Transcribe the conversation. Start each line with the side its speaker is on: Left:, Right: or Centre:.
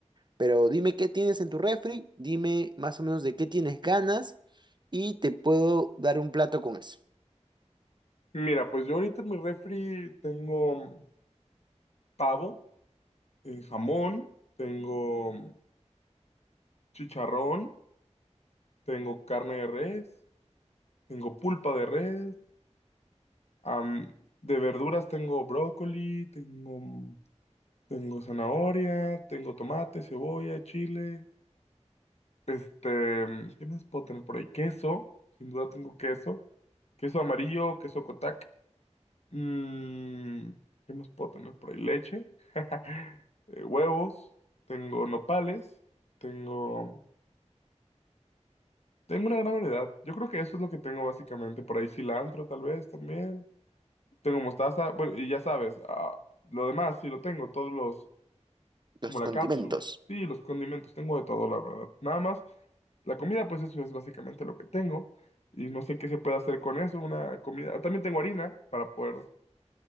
Right: Pero dime qué tienes en tu refri, dime más o menos de qué tienes ganas y te puedo dar un plato con eso,
Left: Mira, pues yo ahorita en mi refri tengo mm, pavo, eh, jamón, tengo mm, chicharrón, tengo carne de res, tengo pulpa de res, am, de verduras tengo brócoli, tengo, mm, tengo zanahoria, tengo tomate, cebolla, chile. Este, mm, ¿qué más puedo tener por ahí? Queso, sin duda tengo queso. Queso amarillo, queso Kotak. Mm, ¿qué más puedo tener por ahí? Leche, <laughs> eh, huevos, tengo nopales, tengo, mm, tengo una gran variedad. Yo creo que eso es lo que tengo básicamente. Por ahí cilantro, tal vez también. Tengo mostaza, bueno, y ya sabes, ah, lo demás sí lo tengo, todos los, como
Right: los
Left: la
Right: condimentos.
Left: cápsula y los condimentos. Tengo de todo, la verdad. Nada más, la comida, pues eso es básicamente lo que tengo. Y no sé qué se puede hacer con eso, una comida. Ah, También tengo harina para poder,